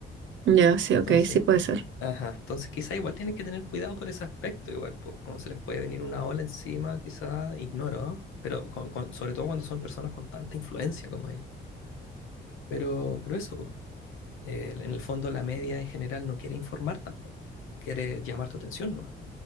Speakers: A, on the right; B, on the left.
A: Ya, sí,
B: Entonces,
A: ok, sí puede ser.
B: ajá, entonces quizá igual tienen que tener cuidado por ese aspecto, igual, pues como se les puede venir una ola encima, quizá ignoro, pero con- con- sobre todo cuando son personas con tanta influencia como ellos. Pero, pero eso, po. Eh, en el fondo la media en general no quiere informar tampoco, quiere llamar tu atención, ¿no?